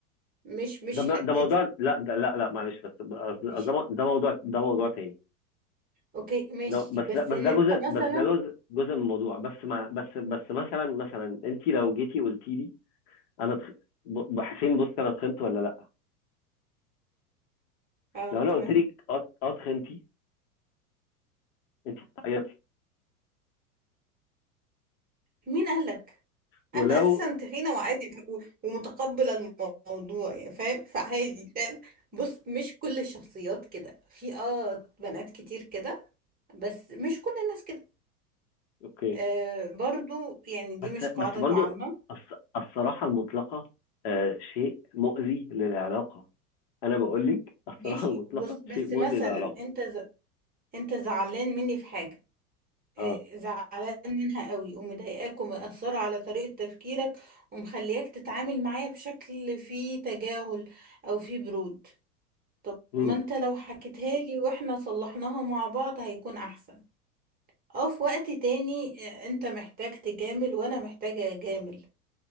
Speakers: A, on the right; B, on the left.
A: مش مش
B: ده م-
A: حتتي
B: ده موضوع لا ده لا لا معلش بس بس
A: ماشي
B: ده مو- ده موضوع ده موضوع تاني
A: اوكي ماشي
B: ده بس
A: بس
B: ده بس
A: ان
B: ده
A: انت
B: جزء
A: مثلا
B: بس ده جزء جزء من الموضوع بس مع بس بس مثلا مثلا انت لو جيتي قلتي لي انا تخ... ب- ب- حسين بص انا اتخنت ولا لا
A: اه
B: لو انا
A: تمام
B: قلت لك اه اه اتخنتي انت بتعيطي
A: مين قالك
B: ولو
A: انا اساسا تخينه وعادي و- ومتقبله الموضوع يعني فاهم فعادي فاهم بص مش كل الشخصيات كده في اه بنات كتير كده بس مش كل الناس كده
B: اوكي
A: آه برضو يعني دي
B: بس
A: مش قاعده
B: بس برضو
A: عامه
B: الص- الصراحة المطلقة آه، شيء مؤذي للعلاقة انا بقول لك الصراحه
A: ماشي
B: المطلقه
A: بص بس
B: شيء مؤذي
A: مثلا
B: للعلاقه
A: انت ز... انت زعلان مني في حاجه
B: اه
A: آه، زعلان منها قوي ومضايقاك ومأثرة على طريقة تفكيرك ومخلياك تتعامل معايا بشكل فيه تجاهل أو فيه برود طب
B: مم.
A: ما انت لو حكيتها لي واحنا صلحناها مع بعض هيكون أحسن اه في وقت تاني آه، انت محتاج تجامل وانا محتاجة اجامل